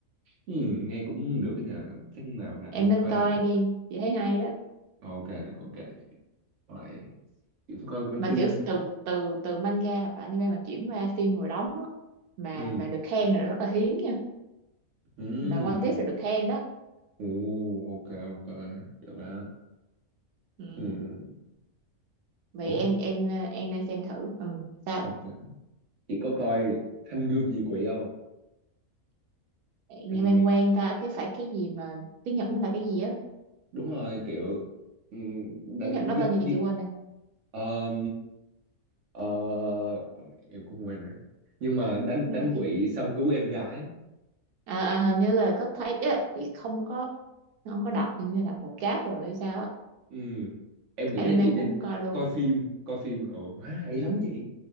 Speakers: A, on the right; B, on the right.
A: Ừ, nghe cũng được cái nhà chắc nào rảnh
B: em
A: không
B: nên
A: coi
B: coi
A: thử
B: đi chị thấy hay đó
A: ok ok vậy chỉ coi One
B: mà
A: Piece
B: kiểu
A: ha
B: từ từ từ manga hoặc là anime mà chuyển qua phim ngồi đóng á mà
A: ừ
B: mà được khen là rất là hiếm nha
A: ừ
B: mà One Piece là được khen đó
A: ồ ok ok được á
B: ừ.
A: ừ
B: vì
A: ủa
B: em em ờ, em nên xem thử ừ. sao
A: ok chị có coi Thanh Gươm Diệt Quỷ không
B: nghe
A: anime
B: quen quen ta cái phải cái gì mà tiếng Nhật nó là cái gì á
A: đúng rồi kiểu ừ, đánh
B: tiếng Nhật nó
A: giết
B: tên gì
A: giết
B: chị quên rồi
A: ờ, ờ, em cũng quên rồi nhưng mà đánh
B: nó
A: đánh
B: là cái
A: quỷ xong cứu em gái
B: à, à, hình như là có thấy ấy, chị không có không có đọc hình như là một cháp rồi hay sao á
A: ừ em nghĩ
B: anime
A: là chị
B: cũng
A: nên
B: không coi luôn
A: coi phim coi phim ồ má hay lắm chị